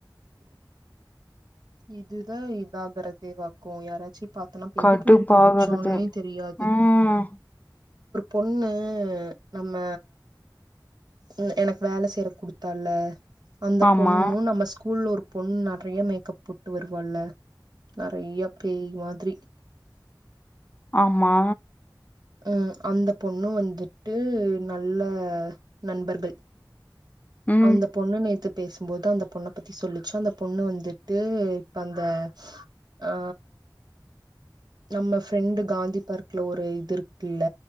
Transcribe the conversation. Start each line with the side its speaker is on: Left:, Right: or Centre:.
Right: இதுதான் இதான் வறதேவாக்கும் யாராச்சும் பாத்தோனாப்ப
Left: கடுப்பாகுறது
Right: எதுக்கு நம்ம படிச்சோனே தெரியாது
Left: ம்
Right: பொண்ணு நம்ம உம் எனக்கு வேல செய்ற குடுத்தால அந்த
Left: ஆமா
Right: பொண்ணும் நம்ம ஸ்கூல்ல ஒரு பொண்ணு நெறைய மேக்கப் போட்டு வருவால்ல நெறைய பேய் மாதிரி
Left: ஆமா
Right: உம் அந்த பொண்ணு வந்துட்டு நல்ல நண்பர்கள்
Left: ம்
Right: அந்த பொண்ணு நேத்து பேசும்போது அந்த பொண்ண பத்தி சொல்லிச்சு அந்த பொண்ணு வந்துட்டு இப்ப அந்த ஆ நம்ம ஃபிரண்ட் காந்தி பார்க்ல ஒரு இது இருக் கில்ல